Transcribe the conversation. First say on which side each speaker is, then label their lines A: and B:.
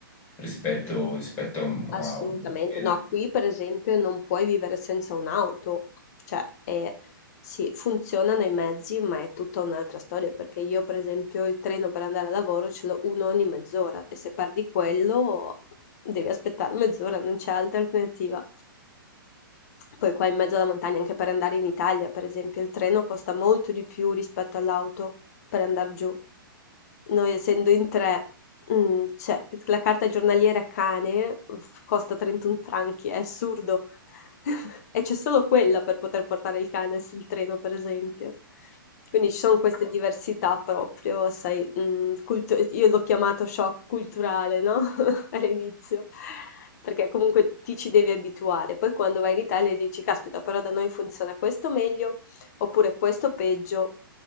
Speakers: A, on the left; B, on the left.
A: rispetto, rispetto a un a
B: Assolutamente,
A: un paese.
B: no, qui per esempio non puoi vivere senza un'auto, cioè è sì, funzionano i mezzi, ma è tutta un'altra storia, perché io per esempio il treno per andare a lavoro ce l'ho uno ogni mezz'ora e se perdi quello devi aspettare mezz'ora, non c'è altra alternativa. Poi qua in mezzo alla montagna, anche per andare in Italia, per esempio, il treno costa molto di più rispetto all'auto per andar giù. Noi essendo in tre, mhmm, cioè la carta giornaliera cane f- costa 31 franchi, è assurdo. <laughs> E c'è solo quella per poter portare il cane sul treno, per esempio. Quindi ci sono queste diversità proprio, sai, mh, cultu- io l'ho chiamato shock culturale, no? <laughs> All'inizio, perché comunque ti ci devi abituare. Poi quando vai in Italia dici, caspita, però da noi funziona questo meglio, Oppure questo peggio